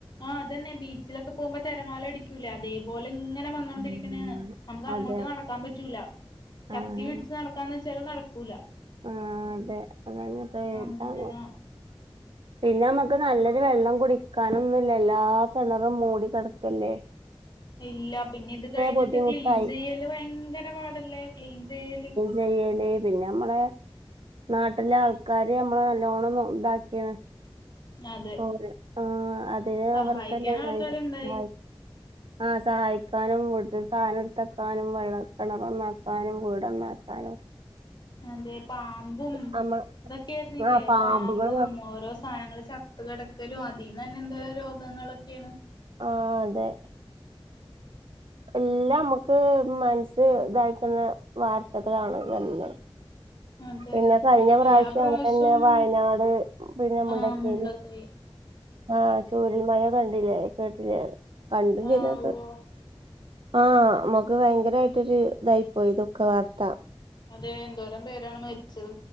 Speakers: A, on the left; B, on the right.
A: ആഹ്- ബീച്ചിലോക്കെ പോവുമ്പോ തെരമാലടിക്കൂലെ അതെ പോലെ ഇങ്ങനെ വന്നോണ്ടിരിക്ണ്ന്ന്
B: ഉം
A: നമുക്ക് അങ്ങോട്ട്
B: അതെ
A: നടക്കാൻ പറ്റൂല ശക്തി
B: ആഹ്
A: പിടിച്ച് നട ക്കന്ന് ചാലീം നടക്കൂല-
B: ആഹ് അതേ അതന്നപ്പേതാണ്.
A: അങ്ങനെ
B: പിന്നെമ്മക്ക് നല്ലൊരു വെള്ളം കുടിക്കാനൊന്നല്ല എല്ലാ കെണറും മൂടി കെടക്കല്ലേ
A: <inaudible> ഇല്ല പിന്നെ ഇത് കഴിഞ്ഞിട്ട്
B: ബുദ്ധിമുട്ടായി
A: ക്ലീൻ ചെയ്യല് ഭയങ്കര പാടല്ലേ ക്ലീൻ ചെയ്യല്
B: ചെയ്യലേ പിന്നെ നമ്മളെ നാട്ടിലെ ആൾക്കാര് നമ്മള നല്ലോണം നോ താക്കിണ്
A: അതെ
B: ഓഹ് അതേ അധികം
A: സഹായിക്കാൻ
B: അവർക്ക്ന്നെയാണ്
A: ആൾക്കാരുണ്ടായി
B: <unintelligible> ആഹ് സഹായിക്കാനും വീട്ടിൽ സാനം എടുത്തക്കാനും വെള്ളം കെണറന്നാക്കാനും വീടന്നാക്കാനും
A: അതെ പാമ്പും
B: നമ്മ
A: അതൊക്കെ ആയിരുന്നില്ലേ
B: ആ പാമ്പുകൾ
A: പാമ്പും ഓരോ സാനങ്ങള് ച ത്ത് കെടക്കലും അതിന്നന്നെ എന്തോ രോഗങ്ങളൊക്കെണ്-
B: ആഹ് അതെ.
A: <inaudible>
B: എല്ലാം മ്മക്ക് മനസ്സ് ഇതായിക്കുന്ന വാർത്തകളാണ് വരണൊ
A: അതെ
B: പിന്നെ കഴിഞ്ഞ പ്രാവശ്യം
A: എല്ലാ പ്രാവശ്യവും
B: അങ്ങനെന്നെ വയനാട് പിന്നെ മുണ്ടക്കയില്.
A: ആ മുണ്ടക്കൈ
B: ആഹ് ചുരൽ ൽമഴ കണ്ടില്ലേ കേട്ടില്ലേ കണ്ടും
A: ആ
B: ചെയ്ത്. കേ..
A: ഓ
B: ആമക്ക് ഭയങ്കരമായിട്ടൊരു ഇതായി പോയി ദുഃഖ വാർത്ത.
A: അതെ എന്തോരം പേരാണ് മരിച്ചത്.